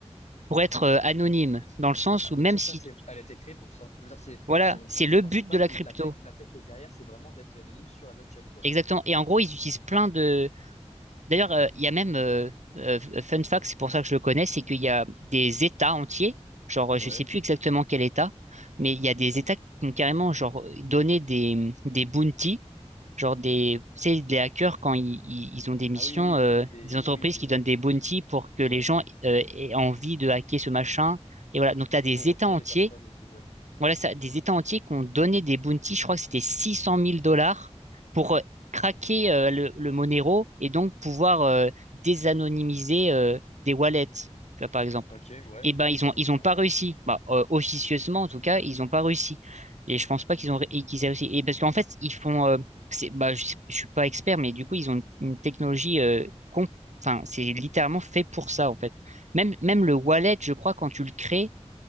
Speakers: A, on the right; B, on the left.
A: pour être euh, anonyme, dans le sens
B: Ah, donc
A: où même
B: ça, ça,
A: si,
B: c'est, elle a été créée pour ça. Je veux dire, c'est
A: voilà,
B: son, son
A: c'est
B: truc
A: le
B: principal.
A: but de la crypto.
B: La tech, la tech qui est derrière, c'est vraiment d'être anonyme sur la blockchain, quoi.
A: Exactement. Et en gros, ils utilisent plein de, D'ailleurs, euh, il y a même, euh, euh, fun fact, c'est pour ça que je le connais, c'est qu'il y a des États entiers, genre euh,
B: Ouais.
A: je sais plus exactement quel État, mais il y a des États qui ont carrément genre euh, donné des, des bounties, genre des, tu sais, des hackers quand ils, ils- ils ont des missions,
B: Ah oui, oui, des,
A: euh,
B: des,
A: des entreprises
B: oui, des,
A: qui donnent des bounties pour que
B: ouais.
A: les gens euh, aient envie de hacker ce machin. Et voilà, donc tu as des
B: Pour retrouver
A: États entiers
B: les personnes et tout, ouais.
A: voilà ça, des États entiers qui ont donné des bounties, je crois que c'était 600 000 dollars pour euh, craquer euh, le, le Monero et donc pouvoir euh, désanonymiser euh, des wallets, tu vois, par exemple.
B: Ok, ouais.
A: Et ben
B: Oui,
A: ils
B: ça,
A: ont
B: ça
A: ils
B: se tient.
A: ont pas réussi, bah, euh, officieusement en tout cas, ils ont pas réussi. Et je pense pas qu'ils ont ré- et qu'ils aient réussi. Et parce qu'en fait ils font, euh, c'est, bah je, sais- je suis pas expert, mais du coup ils ont une, une technologie euh, com- Enfin, c'est littéralement fait pour ça, en fait. Même, même le wallet, je crois, quand tu le crées,